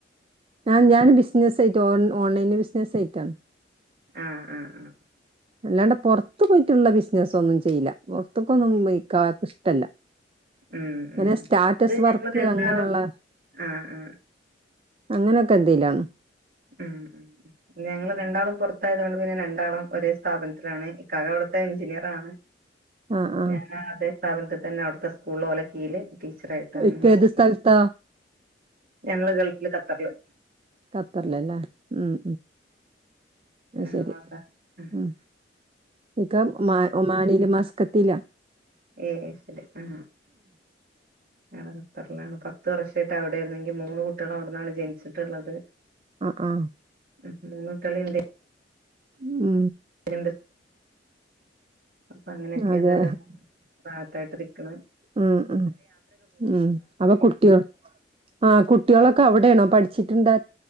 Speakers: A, on the right; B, on the right.
A: ആ ഞാൻ ബിസിനസായിട്ട് ഓ ഓൺലൈൻ ബിസിനസായിട്ടാണ്
B: ആ ആ ആ
A: അല്ലാണ്ട് പുറത്ത് പുറത്ത പോയിട്ടുള്ള ബിസിനസ്സൊന്നും ചെയ്ല്ല പുറർത്തക്കൊന്നും ഇക്കാക്ക് ഇഷ്ടല്ല
B: ഉം
A: ഇങ്ങനെ
B: ഉം ഉം.
A: സ്റ്റാറ്റസ്
B: ഇത്
A: വർക്ക്
B: ഞങ്ങള് രണ്ടാളും
A: അങ്ങനെയുള്ള
B: ആ ആ
A: അങ്ങനെയൊക്കെ എന്തെലാണ്
B: ഉം ഉം ഞങ്ങള് രണ്ടാളും പുറത്തായതു കൊണ്ട് പിന്നെ രണ്ടാളും ഒരേ സ്ഥാപനത്തിലാണ് അവിടുത്തെ എഞ്ചിനീയറാണ്
A: ആഹ് ആഹ്
B: ഞാൻ അതേ സ്ഥാപനത്തി തന്നെ അവിടുത്തെ സ്കൂൾ ഓലക്കയില് ടീച്ചറായിട്ട് അങ്ങനെ
A: ഇക്ക
B: വർക്ക്
A: ഏത് സ്ഥലത്താ?
B: ചെയ്യാം ഞങ്ങള് ഗൾഫില് കത്തറല്
A: ഖത്തറലല്ലേ ഉം ഉ
B: ഞങ്ങളവിടെ
A: ശരി
B: ഉം
A: ഉ ഇക്ക ഒമാ ഒമാനയില മാസ് കത്തില
B: ഏയ് ശരി ആ ഞള ഖത്തറിലാണ് പത്ത് വർഷമായിട്ട് അവിടയിരുന്ന് മൂന്ന് കുട്ടികൾ അവിടന്നാണ് ജനിച്ചിട്ടുള്ളത്
A: ആ ആ
B: <unintelligible>
A: ഉം
B: <inaudible> അപ്പൊ അങ്ങനെയൊക്കെ
A: അതെ
B: ഏതായാലും കേട്ടിരിക്ക്ണ്.
A: ഉം ഉം ഉം അപ്പൊ കുട്ട്യേള് ആഹ് കുട്ടോളൊക്കെ അവിടെയാണോ പഠിച്ചിട്ട്ണ്ടാ